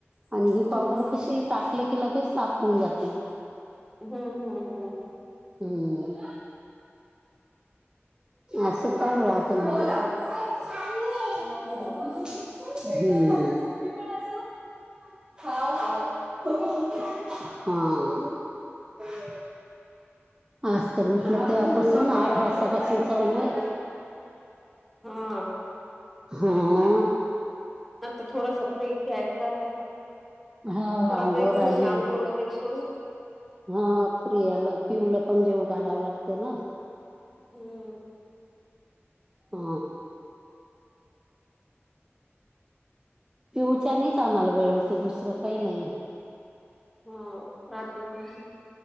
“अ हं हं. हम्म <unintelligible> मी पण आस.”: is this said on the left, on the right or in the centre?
Right